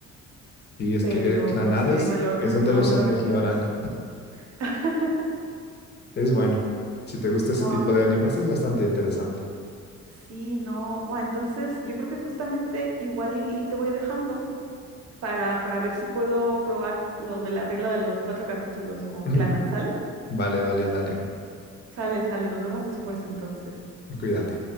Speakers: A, on the left (about 35°); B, on the right (about 55°).
A: Y es
B: pero
A: que Clanad
B: no sé,
A: es,
B: ¿me lo,
A: es
B: me,
A: donde
B: ajá,
A: los
B: ¿me
A: hombres
B: lo recomiendas?
A: lloran.
B: <laughs>
A: Es bueno. Si te gusta
B: Guau,
A: ese tipo de animes, es bastante interesante.
B: sí, no. Guau, entonces yo creo que justamente igual y, y te voy dejando para, para ver si puedo probar lo de la regla de los cuatro capítulos con
A: <laughs>
B: Clanat, ¿sale?
A: Vale, vale, dale.
B: Sale, sale, nos vemos después entonces.
A: Cuídate.